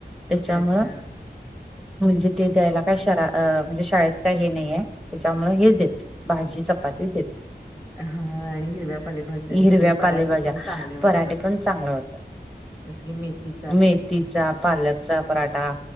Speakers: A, in the centre; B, on the left.
A: त्याच्यामुळं
B: अच्छा
A: म्हणजे ते द्यायला काय शरा म्हणजे शाळेत काय हे नाही आहे त्याच्यामु हेच देत भाजी चपाती देते
B: हा आणि हिरव्या पालेभाज्यांचे
A: हिरव्या
B: पराठे
A: पालेभाज्या
B: पण चांगले वाटतात.
A: पराठे पण चांगले होतात
B: जसं की मेथी
A: मेथीचा पालकचा पराठा